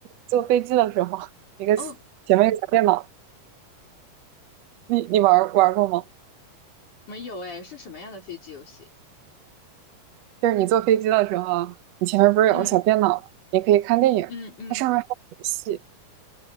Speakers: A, on the right; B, on the left.
A: 坐飞机的时候，<laughs> 那个
B: 哦，
A: 前面有个小电脑，你你玩玩过吗？
B: 没有哎，是什么样的飞机游戏？
A: 就是你坐飞机的时候，你前面不是有个小电脑吗，
B: 嗯
A: 也可以看电影，
B: 嗯嗯，
A: 它上面还有游戏。